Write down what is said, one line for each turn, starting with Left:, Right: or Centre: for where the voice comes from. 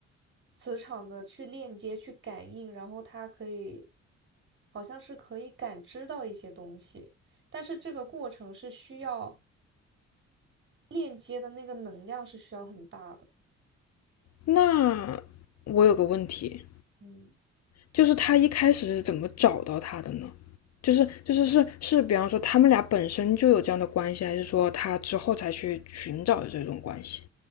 Right: 磁场的去链接、去感应，然后他可以好像是可以感知到一些东西。但是这个过程是需要链接的那个能量是需要很大的，
Left: 那我有个问题，
Right: 嗯。
Left: 就是他一开始是怎么找到他的呢？就是就是是是，比方说他们俩本身就有这样的关系，还是说他之后才去寻找的这种关系？